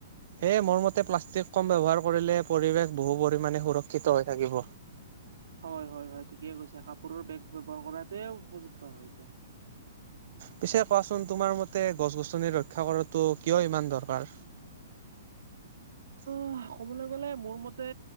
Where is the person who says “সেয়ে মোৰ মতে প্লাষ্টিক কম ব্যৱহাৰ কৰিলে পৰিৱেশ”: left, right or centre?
Right